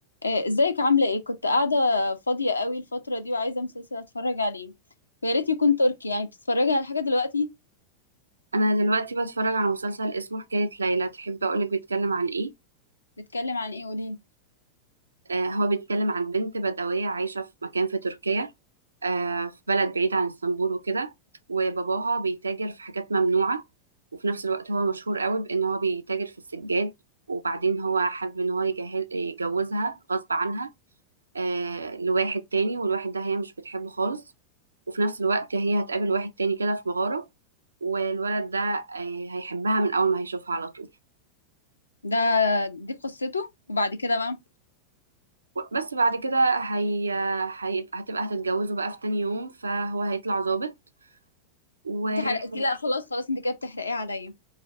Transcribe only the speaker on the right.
انا دلوقتي بتفرج على مسلسل اسمه حكاية ليلى تحب اقولك بيتكلم عن ايه
آه هو بيتكلم عن بنت بدوية عايشة في مكان في تركيا آه في بلد بعيد عن اسطنبول وكده وباباها بيتاجر في حاجات ممنوعة وفي نفس الوقت هو مشهور قوي بان هو بيتاجر في السجاد وبعدين هو حابب ان هو يجهز يجوزها غصب عنها آه لواحد تاني والواحد ده هي مش بتحبه خالص وفي نفس الوقت هي هتقابل واحد تاني كده في مغارة والولد ده آه هيحبها من اول ما هيشوفها على طول
بس بعد كده هي... هيبقى هتبقى هتتجوزوا بقى في تاني يوم فهو هيطلع ظابط و اه